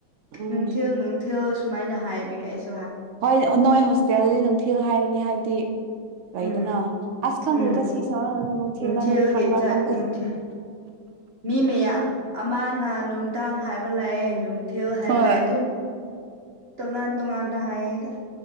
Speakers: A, on the right; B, on the right.
A: ꯎꯝ
B: ꯅꯨꯡꯊꯤꯜ ꯅꯨꯡ ꯁꯨꯃꯥꯏꯅ ꯍꯥꯏꯕꯒꯤ ꯑꯩꯁꯦ
A: ꯍꯣꯏ ꯅꯣꯏ ꯍꯣꯁꯇꯦꯜꯗꯗꯤ ꯅꯨꯡꯊꯤꯜ ꯍꯥꯏꯔꯅꯤ ꯍꯥꯏꯕꯗꯤ ꯂꯩꯗꯅ
B: ꯎꯝ
A: ꯑꯁ ꯈꯪꯗꯣꯏꯗ
B: ꯎꯝ
A: ꯁꯤ ꯁꯗ ꯅꯨꯡꯊꯤꯜꯗ꯭ꯔꯥ
B: ꯅꯨꯡꯊꯤꯜꯒꯤ
A: ꯅꯨꯡ ꯊꯪꯕ꯭ꯔꯥ
B: ꯆꯥꯛ
A: ꯈꯪꯗ
B: ꯅꯨꯡꯊꯤꯜ ꯃꯤ ꯃꯌꯥꯝ ꯑꯃꯅ ꯅꯨꯡꯗꯥꯡ ꯍꯥꯏꯕ ꯂꯥꯛꯑꯦ ꯊꯌꯣ ꯍꯥꯏꯕ
A: ꯍꯣꯏ
B: ꯂꯦ ꯑꯗꯨꯝ ꯇꯣꯉꯥꯟ ꯇꯣꯉꯥꯟꯅ ꯍꯥꯏꯌꯦꯗ